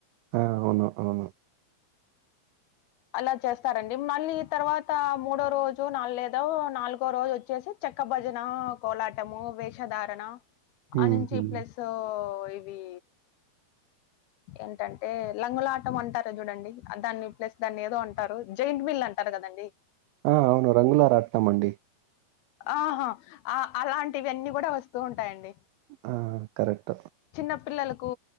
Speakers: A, on the right; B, on the left.
A: ఆ అవును అవును
B: అలా చేస్తారండి మళ్ళీ తర్వాత మూడో రోజు న లేదా నాలుగో రోజు వచ్చేసి చక్క భజన కోలాటము వేషధారణ
A: హ్మ్.
B: ఆ నుంచి
A: హ్మ్.
B: ప్లస్ లొ ఇవి ఏంటంటే లంగుల ఆటం అంటార్ చూడండి దాన్ని ప్లస్ దాన్ని ఏదో అంటారు జయింట్ వీల్ అంటారు కదండి
A: ఆ అవును రంగులరాట్నం అండీ
B: ఆహా ఆ అలాంటివన్నీ కూడా వస్తూ ఉంటాయండి
A: ఆ కరెక్ట్
B: చిన్న పిల్లలకు